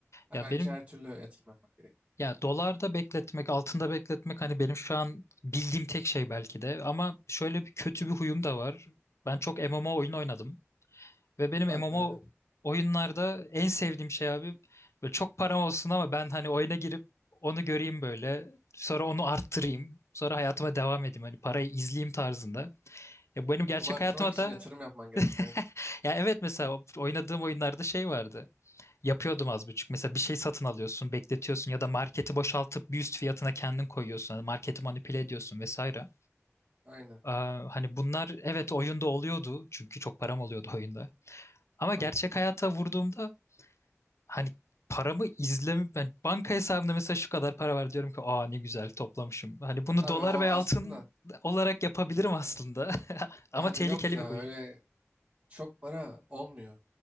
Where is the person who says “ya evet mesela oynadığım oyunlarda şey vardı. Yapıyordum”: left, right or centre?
Left